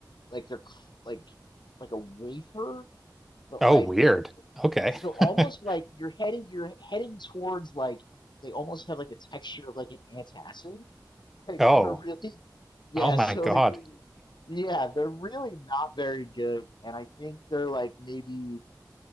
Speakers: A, on the left; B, in the centre.
A: like they're cr- like like a wafer, but
B: Oh,
A: like
B: weird. Okay.
A: so almost
B: <laughs>
A: like you're heading you're heading towards like they almost have like the texture of like an antacid. <laughs> Like
B: Oh.
A: they're really yeah,
B: Oh my
A: so
B: God.
A: like they're the- yeah, they're really not very good, and I think they're like maybe